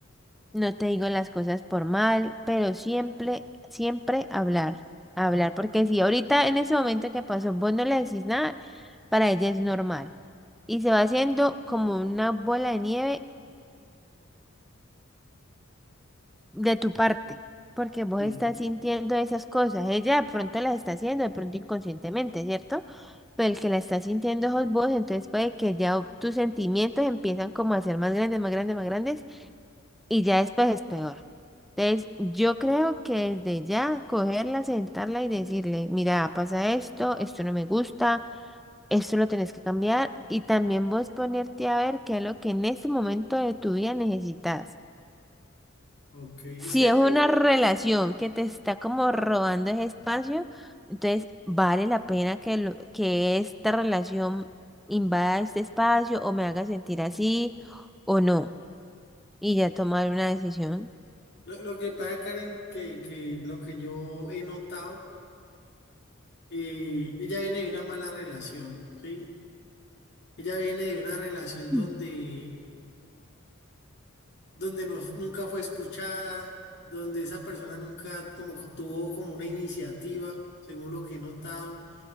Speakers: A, in the centre; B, on the left.
A: no te digo las cosas por mal, pero siempre, siempre hablar, hablar, porque si ahorita en ese momento que pasó vos no le decís nada, para ella es normal. Y se va haciendo como una bola de nieve de tu parte, porque vos
B: Sí,
A: estás sintiendo esas cosas. Ella de pronto las está haciendo, de pronto inconscientemente, ¿cierto? Pero el que la está sintiendo sos vos, entonces puede que ya o- tus sentimientos empiezan como a ser más grandes, más grandes, más grandes, y ya después es peor. Entonces, yo creo que desde ya cogerla, sentarla y decirle, mira, pasa esto, esto no me gusta, esto lo tenés que cambiar, y también vos ponerte a ver qué es lo que en este momento de tu vida necesitas.
B: ok. Es
A: Si
B: que
A: es
B: te-
A: una relación que te está como robando ese espacio, entonces vale la pena que, lo- que esta relación invada este espacio o me haga sentir así o no. Y ya tomar una decisión.
B: lo, lo que pasa, Karen, que, que lo que yo he notado, eh, ella viene de una mala relación, ¿sí? Ella viene de una relación donde
A: Mm.
B: donde no- nunca fue escuchada, donde esa persona nunca como que tuvo como una iniciativa, según lo que he notado.